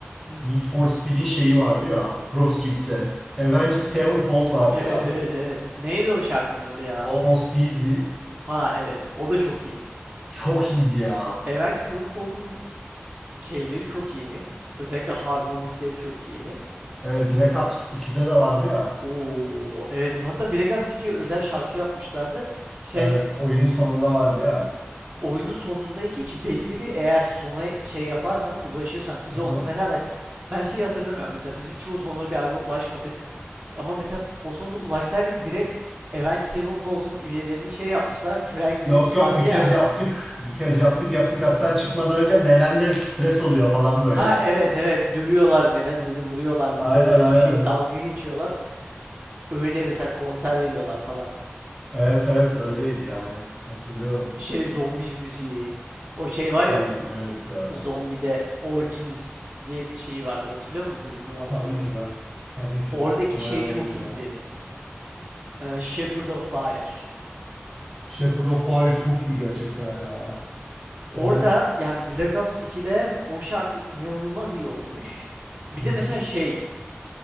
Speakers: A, on the right; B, in the centre.
A: Hı.
B: Need for Speed'in şeyi vardı ya Pro Street'te. Avenged Sevenfold vardı
A: Evet
B: ya.
A: evet evet. Neydi o şarkının adı ya?
B: Almost Easy.
A: Ha evet o da çok iyi.
B: Çok iyiydi ya.
A: Avenged Sevenfold'un şeyleri çok iyi. Özellikle harmonikleri çok iyi.
B: Evet Black Ops 2'de de vardı ya.
A: Oo evet hatta Black Ops 2'ye özel şarkı yapmışlardı. Şey
B: Evet oyunun sonunda vardı ya.
A: oyunun sonundaki hiç belli bir eğer sona şey yaparsan ulaşırsan biz
B: Aha.
A: o mesela bak ben şeyi hatırlamıyorum mesela biz hiç o sona galiba ulaşmadık. Ama mesela o sona ulaşsaydık direkt Avenged Sevenfold'un üyelerini şey yapmışlar. Frank Woods
B: Yok yok
A: vardı
B: bir
A: ya.
B: kez yaptık. Bir kez yaptık yaptık hatta çıkmadan önce Melendez stres oluyor falan böyle.
A: Ha evet evet dövüyorlar Menendez'i vuruyorlar mıydı
B: Aynen
A: öyle
B: aynen.
A: bir şey dalga geçiyorlar. Öyle mesela konser veriyorlar falan.
B: Evet evet öyleydi yani. Hatırlıyorum.
A: şey zombiz müziği. O şey var
B: Uy
A: ya
B: evet ya.
A: zombide Origins diye bir şey vardı hatırlıyor musun? Bölümü vardı.
B: Tabii ki de. Tabii ki
A: Oradaki
B: de. Bayağı
A: şey çok
B: iyiydi
A: iyiydi.
B: ya.
A: Ee, Shepherd of Fire.
B: Shepherd of Fire çok iyi gerçekten ya.
A: Orada
B: Yani.
A: yani Black Ops 2'de o şarkı inanılmaz iyi olmuş. Bir
B: Hı
A: de
B: hı.
A: mesela şey